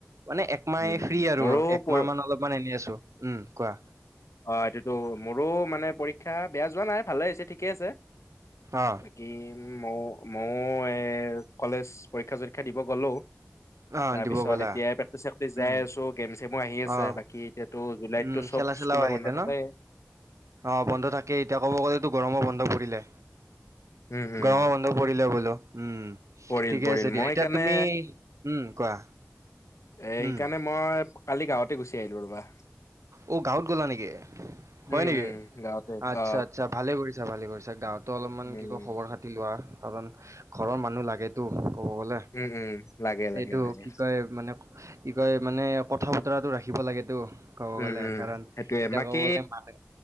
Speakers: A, on the right (about 75°); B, on the left (about 70°).
A: মানে একমাহ
B: উম,
A: ফ্ৰী আৰু
B: মোৰো
A: একমাহ
B: পৰ-
A: মান অলপ এনেই আছোঁ উম কোৱা
B: অ এইটোতো মোৰো মানে পৰীক্ষা বেয়া যোৱা নাই ভালে হৈছে ঠিকেই আছে
A: অ
B: বাকী মইও, মইও এ কলেজ পৰীক্ষা চৰীক্ষা দিব গলোঁ,
A: অ
B: তাৰপিছত
A: দিব গ'লা
B: এতিয়া প্ৰেক্টিচ চেক্টিচ যাই
A: উম
B: আছো, গেম চেমো আহি আছে,
A: অ
B: বাকী এতিয়াতো জুলাইততো
A: উম
B: চব
A: খেলা চেলাও
B: স্কুলৰ
A: আহিলে
B: বন্ধ থাকে।
A: ন অ বন্ধ থাকেই। এতিয়া ক'ব গ'লেতো গৰমৰ বন্ধ পৰিলে।
B: উম, উম,
A: গৰমৰ বন্ধ পৰিলে বোলোঁ, উম।
B: পৰিল
A: ঠিকে
B: পৰিল,
A: আছে দিয়া
B: মই
A: এতিয়া
B: সেইকাৰণে,
A: তুমি উম কোৱা
B: এ সেইকাৰণে
A: উম
B: মই কালি গাঁৱতে গুচি আহিলো ৰবা।
A: অ গাঁৱত গলা নেকি?
B: উম,
A: হয় নেকি?
B: উম, গাঁৱতে
A: আচ্ছা
B: অ,
A: আচ্ছা, ভালে কৰিছাঁ। ছা, ভালে কৰিছা। গাঁৱতো অলপমান
B: উম,
A: কি কয় খবৰ খাতি লোৱা, কাৰণ ঘৰৰ মানুহ লাগেতো। ক'ব বলে
B: উম, উম, লাগে লাগে
A: এইটো
B: লাগে
A: কি কয় মানে কি কয় মানে কথা বতৰাটো ৰাখিব লাগেতো ক'ব
B: উম
A: গ'লে
B: উম
A: কাৰণ
B: সেইটোয়ে
A: এতিয়া
B: বাকী
A: ক'ব গলে মাত